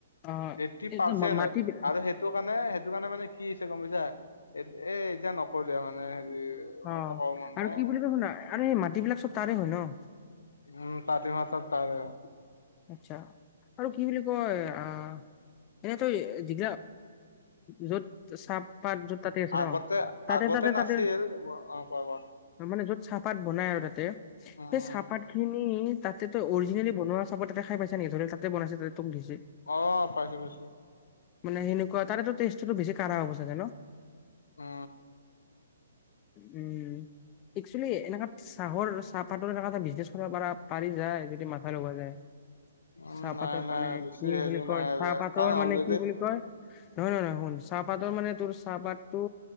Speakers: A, on the left (about 25°); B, on the left (about 85°).
A: অ
B: এইট্টি
A: এইটো
B: পাৰ্চেন্ট
A: মা- মাটিবিলাক
B: হয় আৰু সেইটো কাৰণে সেইটো কাৰণে মানে কি হৈছে গম পা ইছা এ এ এতিয়া নকৰো দিয়া মানে হেৰি মই
A: অ আৰু
B: এতিয়া ক'ব মন নাই
A: কি বুলি কয়চোন আৰু এই মাটিবিলাক চব তাৰে হয় ন
B: উম পাতিমা চব পাৰে অ
A: আচ্ছা আৰু কি বুলি কয় আহ এনে তই <unintelligible> য'ত চাহ পাত যত তাতে আছে
B: আগতে
A: ন তাতে
B: আগতে
A: তাতে
B: নাছিল
A: তাতে
B: অ কোৱা কোৱা
A: মানে যত চাহপাত বনাই আৰু তাতে
B: উম
A: সেই চাহপাত খিনি তাতে তো অৰিজিনেলি বনোৱা চাহ পাত খাই পাইছা নি ধৰি তাতে বনাইছে যে তোক দিছে
B: অ পাইছো পাইছো
A: মানে সেনেকুৱা তাৰে ট টেষ্টিটো বেছি কাৰা হ'ব চাগে ন
B: অ
A: উম। একচুৱেলি এনেকা চাহৰ চাহপাতৰ এ এটা বিজনেছ কৰিব প পাৰি যায় যদি মাথা লগোৱা যায়
B: উম
A: চাহপাতৰ
B: নাই
A: মানে
B: নাই বেছি
A: কি
B: হেৰি
A: বুলি কয়
B: নাই আৰু
A: চাহপাতৰ
B: কাৰণ
A: মানে
B: অলৰেডি
A: কি বুলি কয় নহয় নহয় নহয় শুন চাহপাতৰ মানে তোৰ চাহপাততটো